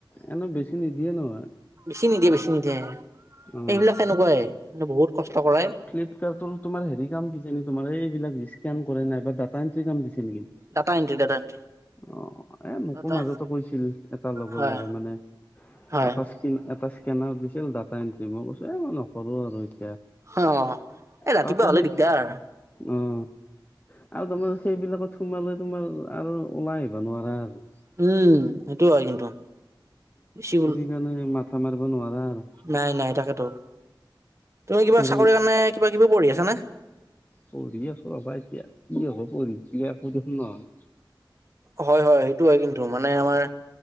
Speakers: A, on the left; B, on the right.
A: এনে, বেছি নিদিয়ে নহয়।
B: বেছি নিদিয়ে বেছি নিদিয়ে
A: অ
B: এইবিলাক সেনেকুৱাই মানে বহুত কষ্ট কৰা।
A: ফ্লিপকাৰ্ট তৰ তোমাৰ হেৰি কাম দিছে নে, তোমাৰ এইবিলাক স্কেন কৰে নাই বা ডাটা এন্ট্ৰি কাম দিছে নেকি।
B: Data entry, data entry.
A: অ, এ, মোকো
B: ডাটা
A: মাজতে কৈছিল এটা লগৰ
B: হয়
A: ল'ৰা মানে।
B: হয়
A: এটা, এটা স্কেনাৰ দিছিল ডাটা এন্ট্ৰি মই কৈছো, এ, মই নকৰো আৰু এতিয়া।
B: অ, এ, ৰাতিপুৱা
A: তাতে
B: হ'লে
A: সেই
B: দিগদাৰ।
A: অ, আৰু তোমাৰ সেইবিলাকত সোমালে তোমাৰ আৰু ওলাই আহিব নোৱাৰা আৰু।
B: উম, সেইটো হয় কিন্তু বেছি হ'ল।
A: সেইকাৰণে মাথা মাৰিব নোৱাৰা আৰু।
B: নাই, নাই, তাকে, তোক, তুমি কিবা
A: আৰু
B: চাকৰিৰ কাৰণে কিবা, কিবি পঢ়ি আছা নে?
A: পঢ়ি আছো ৰ'বা। এতিয়া কি হব পঢ়ি একো দেখোন নহয়।
B: হয়, হয়, সেইটো হয়, কিন্তু মানে আমাৰ